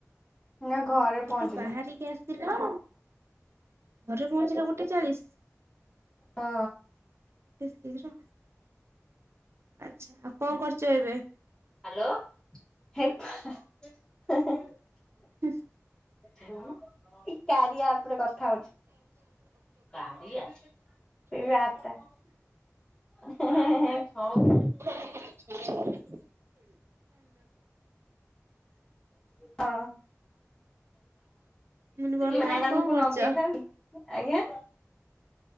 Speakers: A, on the left (about 15°); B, on the right (about 50°).
A: ନା ଘରେ
B: ସେଠୁ
A: ପହଞ୍ଚିଲି
B: ବାହାରିକି ଆସିଲ ଘରେ ପହଞ୍ଚିଲ ଗୋଟେ ଚାଳିଶ୍।
A: ହଁ।
B: ଏତେ ଶୀଘ୍ର ଆଛା ଆଉ କଣ କରୁଚ ଏବେ?
A: ହ୍ୟାଲୋ? <unintelligible>
B: <unintelligible>
A: ହ୍ୟାଲୋ ଏଇ କାରିଆ ଆପ୍ ରେ କର ହଉଚି କରିଆ ଏ ଯଉ ଆପ୍ ଟା। <unintelligible>
B: <unintelligible> ପଳେଇ ଆସିଚି।
A: ହଁ।
B: ମାନେ ବର୍ତ୍ତମାନ
A: ମ୍ୟାଡାମ
B: କଣ
A: କୁ
B: କରୁଛ?
A: ନଗେଇଥାନ୍ତି ଆଜ୍ଞା।